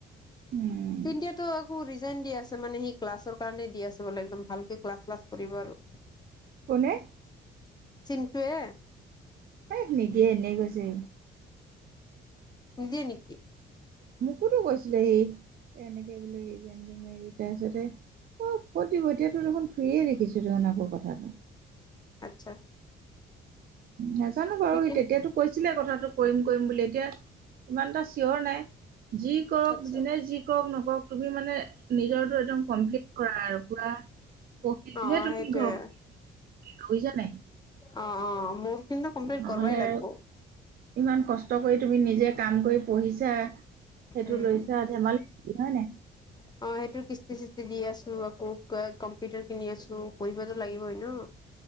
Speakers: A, on the right (about 50°); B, on the left (about 20°).
A: উম
B: তি একো ৰিজাইন দি আছে, মানে সি ক্লাছৰ কাৰণে দি আছে বোলে, একদম ভালকে ক্লাছ-চ্লাছ কৰিব আৰু।
A: কোনে?
B: চিন্টুৱে?
A: এ, নিদিয়ে এনে কৈছে, সি।
B: নিদিয়ে নেকি?
A: মোকোতো কৈছিলে সি, এনেকে বোলে ৰিজন দিম, তাৰপিছতে অ, ক'ত দিব, এতিয়াতো দেখোন ফ্ৰিয়ে দেখিছোঁ, দেখোন আকৌ কথাটো
B: আচ্ছা, আ
A: নাজানো বাৰু
B: কিন্তু
A: তেতিয়াতো কৈছিলে কথাটো কৰিম, কৰিম বুলি, এতিয়া ইমান এটা চিয়ৰ নাই। যি কৰক,
B: আচ্ছা
A: জোনে যি কওঁক নকওঁক তুমি মানে, নিজৰটো এদম কমপ্লিট কৰা আৰু পুৰা, প তেতিয়াহে
B: অ
A: তুমি
B: সেইটোয়ে
A: ঘৰখন <inaudible> বুজিছা নে নাই?
B: অ, অ, মোৰ কিন্তু কমপ্লিট
A: নহ'লে
B: কৰবাই লাগব
A: ইমান কষ্ট কৰি তুমি নিজে কাম কৰি পঢ়িছা। সেইটো
B: উম
A: লৈছা, ধেমালি <inaudible> নাই?
B: অ, সেইটোৰ কিস্তি-চস্তি দি আছোঁ, আকৌ ক-কম্পিউটাৰ কিনি আছোঁ, কৰিবটো লাগিবই ন?